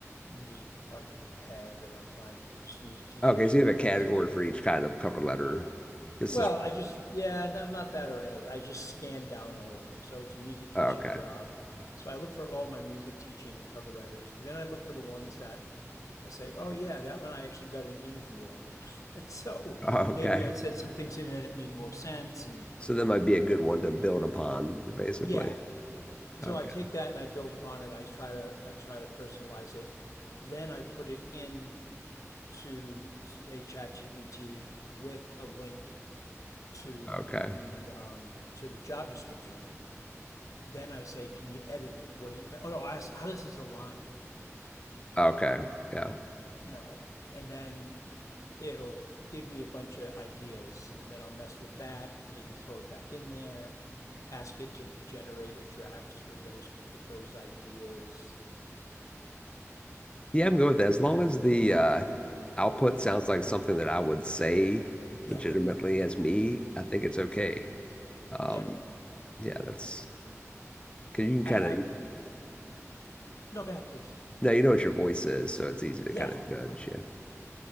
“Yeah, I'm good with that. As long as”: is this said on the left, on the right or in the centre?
Left